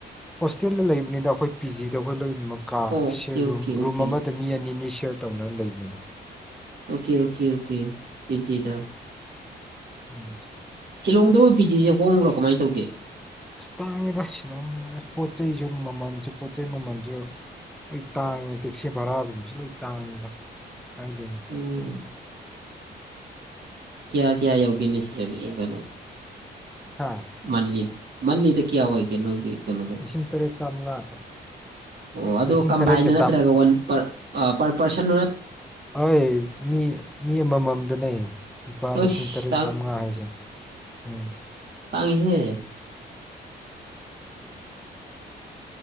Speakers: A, in the centre; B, on the right.
A: ꯍꯣꯁꯇꯦꯜꯗ ꯂꯩꯕꯅꯤꯗ ꯑꯩꯈꯣꯏ ꯄꯤ ꯖꯤꯗ ꯑꯩꯈꯣꯏ ꯂꯣꯏꯅꯃꯛ ꯀꯥ
B: ꯑꯣꯀꯦ ꯑꯣꯀꯦ ꯑꯣꯀꯦ
A: ꯔꯨꯝ ꯑꯃꯗ ꯃꯤ ꯑꯅꯤꯅꯤ ꯁꯠ ꯇꯧ ꯂꯩꯕꯅꯤꯗ
B: ꯑꯣꯀꯦ ꯑꯣꯀꯦ ꯑꯣꯀꯦꯗ
A: <unintelligible>
B: ꯁꯤꯂꯣꯡꯗꯕꯨ ꯄꯤꯖꯤꯤꯁꯦ ꯍꯣꯡꯕ꯭ꯔꯣ ꯀꯃꯥꯏꯅ ꯇꯧꯒꯦ
A: ꯇꯥꯡꯗ ꯌꯥ ꯄꯣꯠ ꯆꯩꯁꯨ ꯃꯃꯜꯁꯨ ꯄꯣꯠ ꯆꯩꯩ ꯃꯃꯜꯁꯨ ꯑꯩ ꯇꯥꯡꯉꯤ ꯇꯦꯛꯁꯤ ꯚꯔꯥꯒꯨꯝꯕꯁꯨ ꯂꯣꯏ ꯇꯥꯡꯉꯤꯗ ꯀꯥꯏꯗꯩꯅꯣ
B: ꯎꯝ ꯀꯌꯥ ꯀꯌꯥ ꯌꯒ ꯃꯤ ꯁꯤ ꯌꯒꯅ
A: ꯍꯥ
B: ꯃ ꯃꯅꯤꯂꯤꯗ ꯀꯌꯥ ꯑꯣꯏ ꯀ ꯀꯩꯅ ꯊ
A: ꯂꯤꯁꯤꯡ ꯇꯔꯦꯠ ꯆꯥꯝꯃꯉꯥ
B: ꯑꯣ ꯑꯗꯨ
A: ꯂꯤꯁꯤꯡ
B: ꯀꯝꯕꯥꯏꯟꯗ
A: ꯇꯔꯦꯠꯀ
B: ꯅꯠꯇ꯭ꯔꯒ ꯋꯥꯟ ꯄ ꯄꯔ ꯄꯔꯁꯟ
A: ꯍꯣꯏ ꯃꯤ ꯃꯤ ꯑꯃꯃꯝꯗꯅꯦ ꯂꯨꯄꯥ
B: ꯑꯩꯁ
A: ꯂꯤꯁꯤꯡ ꯇꯔꯦꯠ ꯆꯥꯃꯉꯥ ꯍꯥꯏꯁꯦ ꯎꯝ
B: ꯆꯥꯡꯉꯍꯦ